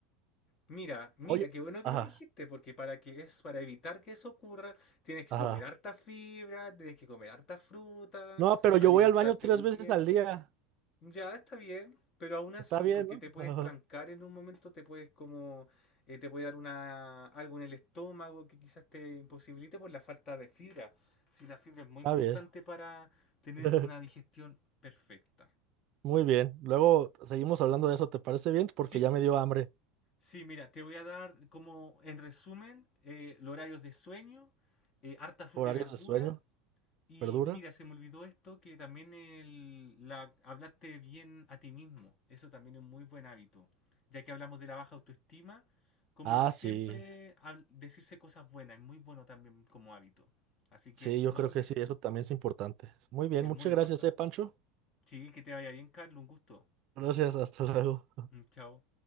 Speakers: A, on the left (about 40°); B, on the right (about 50°).
A: Mira, mira,
B: Oye,
A: qué bueno que
B: ajá,
A: lo dijiste, porque para que es, para evitar que eso ocurra, tienes que
B: ajá.
A: comer harta fibra, tienes que comer harta fruta,
B: No, pero yo
A: alimentarte
B: voy al baño tres
A: muy
B: veces
A: bien.
B: al día.
A: Ya está bien, pero aún así,
B: Está bien,
A: porque
B: ¿no?
A: te puedes
B: Ajá,
A: trancar en un momento, te puedes como, eh, te puede dar una, algo en el estómago que quizás te imposibilite por la falta de fibra. Si la fibra es muy
B: Está
A: importante
B: bien.
A: para tener
B: <laughs>
A: una digestión perfecta.
B: Muy bien. Luego seguimos hablando de eso, ¿te parece bien?
A: Sí,
B: Porque ya me dio hambre.
A: Sí, mira, te voy a dar como en resumen eh, los horarios de sueño, eh, harta fruta
B: Horarios
A: y verdura.
B: de sueño,
A: Y
B: ¿verdura?
A: mira, se me olvidó esto, que también el, la, hablarte bien a ti mismo, eso también es un muy buen hábito. Ya que hablamos de la baja autoestima, como
B: Ah,
A: que siempre
B: sí.
A: hab- decirse cosas buenas es muy bueno también como hábito. Así
B: Sí,
A: que
B: yo
A: no
B: creo
A: lo olvides,
B: que sí, eso también es importante. Muy bien,
A: es
B: muchas
A: muy importante.
B: gracias, eh, Pancho.
A: Sí, que te vaya bien, Carlos, un gusto.
B: Gracias, hasta luego.
A: <laughs> Chao.